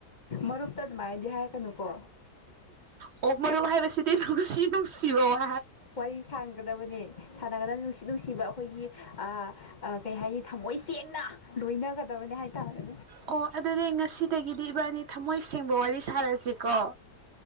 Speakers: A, on the left (about 40°); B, on the right (about 60°).
A: ꯃꯔꯨꯞꯇꯥ ꯑꯗꯨꯃꯥꯏꯅꯗꯤ ꯍꯥꯏꯀꯅꯨꯀꯣ꯫
B: ꯑꯣ ꯃꯥꯔꯨꯞ ꯍꯥꯏꯕꯁꯤꯗꯤ ꯅꯨꯡꯁꯤ ꯅꯨꯡꯁꯥ ꯋꯥꯍꯩ
A: ꯋꯥꯔꯤ ꯁꯥꯟꯒꯗꯕꯅꯤ ꯁꯥꯟꯅꯒꯗꯕꯅꯤ ꯅꯨꯡꯁꯤ ꯅꯨꯡꯁꯤꯕ ꯑꯩꯈꯣꯏꯒꯤ ꯑꯥ꯫ ꯀꯩ ꯍꯥꯏꯅꯤ ꯊꯃꯣꯏ ꯁꯦꯡꯅ ꯂꯣꯏꯅꯒꯗꯕꯅꯦ ꯍꯥꯏꯕꯇꯥꯔꯦ꯫
B: ꯑꯣ ꯑꯗꯨꯗꯤ ꯉꯁꯤꯗꯒꯤꯗꯤ ꯏꯕꯥꯅꯤ ꯊꯝꯃꯣꯏ ꯁꯦꯡꯕ ꯋꯥꯔꯤ ꯁꯥꯔꯁꯤꯀꯣ꯫